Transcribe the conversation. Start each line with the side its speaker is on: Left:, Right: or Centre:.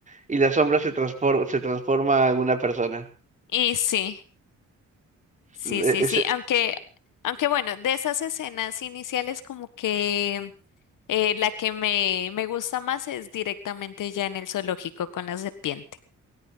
Right: y la sombra se transforma, se transforma en una persona.
Left: Y sí, sí,
Right: E-
Left: sí, sí.
Right: ese-
Left: Aunque, aunque bueno, de esas escenas iniciales como que eh, la que me, me gusta más es directamente ya en el zoológico con la serpiente.